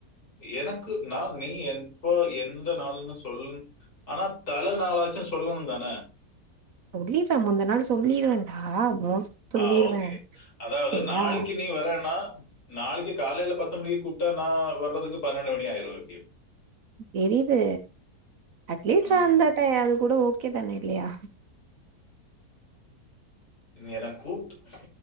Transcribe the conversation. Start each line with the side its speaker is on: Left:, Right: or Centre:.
Left: எனக்கு நா நீ என் இப்ப எந்த நாள்ன்னு சொல் ஆனா தல நாளாச்சுனு சொல்லணு தான
Right: சொல்லிருவே முந்தா நாள் சொல்லிருவேன்டா மோஸ்ட் சொல்லிருவே
Left: ஆ ஓகே அதாவது
Right: சரியா
Left: நாளைக்கு நீ வரேன்னா நாளைக்கு காலேயில பத்து மணிக்கு கூப்ட்டா நா வர்றதுக்கு பன்னெண்டு மணி ஆயிடு எப்டி
Right: தெரியுது அட்லீஸ்ட்டு
Left: ம்,
Right: வந்த அது டை அது கூட ஓகே தானே இல்லையா
Left: என கூப்ப